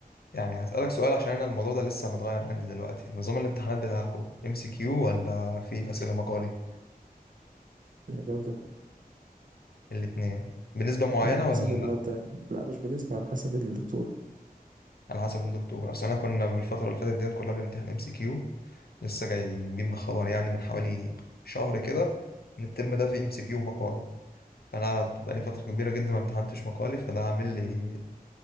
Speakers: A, on the left; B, on the right.
A: يعني هسألك سؤال عشان أنا الموضوع ده لسه متغير عندي دلوقتي نظام الامتحانات بتاعكم ام سي كيو ولا في أسئلة مقالي
B: يعني ده وده
A: الاتنين بنسبة معينة
B: على حسب
A: ولا
B: المادة يعني. لا مش بنسبة على حسب الدكتور
A: على حسب الدكتور أصل أنا كنا بالفترة اللي فاتت ديت كلها بنمتحن ام سي كيو لسه جايبين بخبر يعني من حوالي شهر كده إن الترم ده فيه ام سي كيو مقالي فأنا بقالي فترة كبيرة جدا ما امتحنتش مقالي فده عامل لي